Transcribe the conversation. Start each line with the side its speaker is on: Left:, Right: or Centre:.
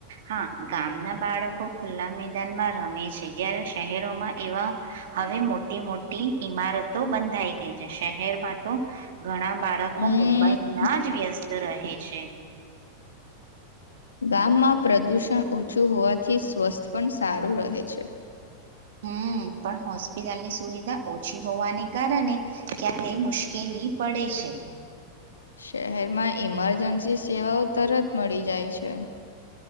Right: હા ગામના બાળકો ખુલ્લા મેદાનમાં રમે છે, જયારે શહેરોમાં એવા હવે મોટી મોટી ઈમારતો બંધાઈ ગઈ છે શહેરમાં તો ઘણા બાળકો
Left: હમ
Right: મોબાઈલ વ્યસ્ત રહે છે.
Left: ગામમાં પ્રદૂષણ ઓછું હોવાથી સ્વસ્થ પણ સારું રહે છે.
Right: હમ પણ હોસ્પિટલની સુવિધા ઓછી હોવાને કારણે ક્યારે મુશ્કેલી પડે છે.
Left: શહેરમાં ઈમરજન્સી સેવાઓ તરત મળી જાય છે.